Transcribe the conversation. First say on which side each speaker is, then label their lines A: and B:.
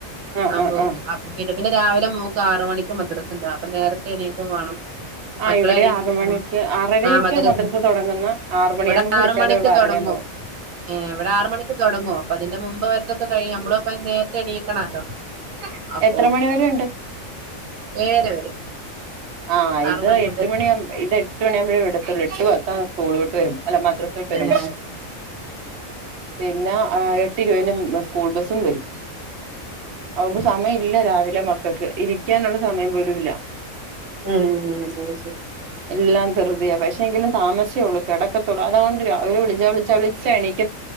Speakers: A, on the right; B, on the right.
A: ആ
B: ആമ്പോ
A: ആ ആ
B: അപ്പൊ പിന്നെ പിന്നെ രാവിലെ മോക്ക് ആറ് മണിക്ക് മദ്രസണ്ട് അപ്പൊ നേരത്തെ എണീക്കും വേണം
A: ആ
B: മക്കളെ
A: ഇവിടെ
B: എണീക്കും
A: ആറുമണിക്ക് ആറരക്ക
B: ആ മദ്രസ്
A: മദ്രസ തൊടങ്ങ്ന്നേ ആറ് മണിയാവ്മ്പം
B: ഇവിടെ
A: വിളിച്ചാലും
B: ആറ് മണിക്ക്
A: അവള് ആറര
B: തുടങ്ങും
A: <unintelligible> പോവും
B: ഏ ഇവടെ ആറ് മണിക്ക് തൊടങ്ങും അപ്പ അതിന്റെ മുമ്പ് വരതൊക്കെ കഴിയും നമ്മള് അപ്പൊ നേരത്തെ എണീക്കാനല്ലോ അപ്പൊ
A: എത്ര മണിവരെ ഉണ്ട്
B: ഏഴര വരെ
A: ആഹ്
B: ആറ്
A: ഇത്
B: മണി
A: എട്ട്മണി
B: മുതൽ
A: ആവുബോ എട്ട് മണി ആവു മ്പഴേ വിടത്തുള്ളൂ എട്ട് പത്താവും സ്കൂൾവിട്ട് വരുമ്പോ അല്ല മദ്രസ്സ വിട്ട് വരുമ്പോ
B: ഏഹ്
A: പിന്നെ എട്ട് ഇരുപതിന് സ്കൂൾ ബസ്സും വരും അതോണ്ട്
B: ഉം
A: സമയല്ല രാവിലെ മക്കക്ക് ഇരിക്കാന്ള്ള സമയം പോലുംല്ല
B: ഉം ശെരി ശെരി
A: എല്ലാം വെറുതാ പക്ഷെങ്കിലും താമസിച്ചേള്ളൂ കെടക്കത്തുള്ളൂ അതോണ്ട് രാവിലെ വിളിച്ചാ വിളിച്ച വിളിച്ചാ എനിക്ക